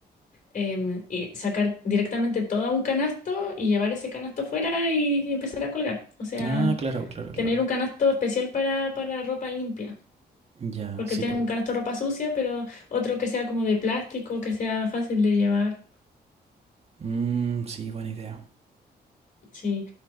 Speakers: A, on the left; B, on the right.
A: em, y sacar directamente todo a un canasto y llevar ese canasto fuera y empezar a colgar. O sea,
B: Ah, claro, claro, claro.
A: tener un canasto especial para, para ropa limpia,
B: Ya,
A: porque
B: sí,
A: tienes
B: po-
A: un canasto de ropa sucia, pero otro que sea como de plástico, que sea fácil de llevar.
B: Mm, sí, buena idea.
A: Sí.